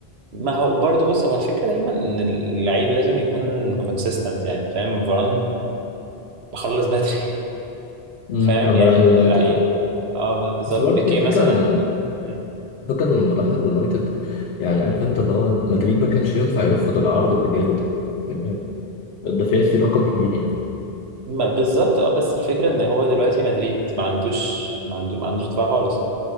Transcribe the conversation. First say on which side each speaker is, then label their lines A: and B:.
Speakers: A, on the right; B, on the left.
A: ما هو برضه بص هو الفكرة دايما ان اللعيب لازم يكون كونسيستنت يعني فاهم فران بخلص بدري <laughs>
B: مم.
A: فاهم
B: لما
A: يعني
B: راح اليونايتد
A: لا يعني
B: اه
A: اه بالظبط
B: بس برضه
A: بيكيه
B: هي الفكره
A: مثلا
B: انه
A: مم.
B: فكرة انه لما راح اليونايتد يعني عارف انت اللي هو مدريد ما كانش ينفع يرفض العرض اللي جاله ده يعني ده فيه فيه رقم كبير يعني
A: ما بالظبط اه بس الفكرة ان هو دلوقتي مدريد ما عندوش ما عنده ما عندوش دفاع خالص